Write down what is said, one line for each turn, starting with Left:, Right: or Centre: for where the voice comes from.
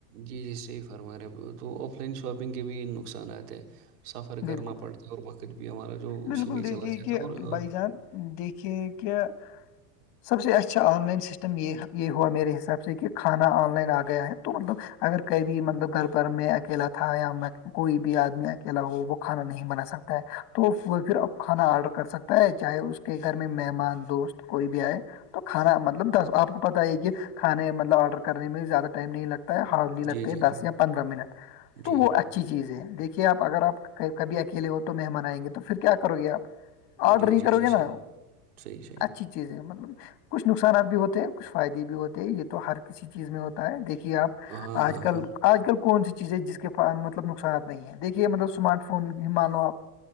Right: جی جی صحیح فرما رہے ہیں تو آف لائن شاپنگ کے بھی نقصانات ہیں سفر
Left: بالکل
Right: کرنا پڑتا ہے اور وقت بھی ہمارا جو
Left: بالکل
Right: اسی میں
Left: دیکھیے
Right: چلا جاتا
Left: کہ
Right: ہے اور
Left: بھائی جان دیکھیے کہ سب سے اچھا آن لائن سسٹم یہ یہ ہوا میرے حساب سے کہ کھانا آن لائن آ گیا ہے تو مطلب اگر کئی بھی مطلب گھر پر میں اکیلا تھا یا کوئی بھی آدمی اکیلا ہو وہ کھانا نہیں بنا سکتا ہے تو وہ پھر اب کھانا آرڈر کر سکتا ہے چاہے اس کے گھر میں مہمان دوست کوئی بھی آئے تو کھانا مطلب آپ کو پتتا ہی کہ کھانے مطلب آرڈر کرنے میں زیادہ ٹائم نہیں لگتا ہارلی لگتے
Right: جی جی
Left: ہے دس
Right: جی
Left: یا پندرہ منٹ تو
Right: جی
Left: وہ اچھی چیز ہے دیکھیے آپ اگر آپ کبھی اکیلے ہو تو مہمان آئیں گے تو پھر کیا کرو گے آپ آرڈر
Right: جی
Left: ہی کرو
Right: جی جی
Left: گے نا
Right: صحیح صحیح صحیح
Left: اچھی چیزیں مطلب کچھ نقصانات بھی ہوتے ہیں کچھ فائدے بھی ہوتے ہیں یہ تو ہر کسی چیز میں ہوتا ہے دیکھیے آپ
Right: ہاں
Left: آج
Right: ہاں
Left: کل
Right: ہاں
Left: آج کل کون سی چیز ہے جس کے مطلب نقصانات نہیں ہے دیکھیے مطلب اسمارٹ فون مان لو آپ